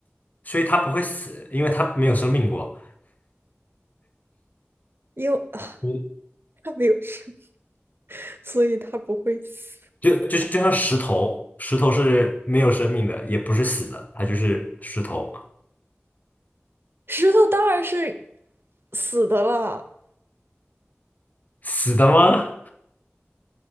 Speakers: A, on the left (about 40°); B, on the right (about 60°).
A: 所以它不会死，因为它没有生命过。
B: 因为 <laughs>
A: 嗯。
B: 它没有生，所以它不会死。
A: 就就是就像石头，石头是没有生命的，也不是死的，它就是石头。
B: 石头当然是死的了，
A: 死的吗？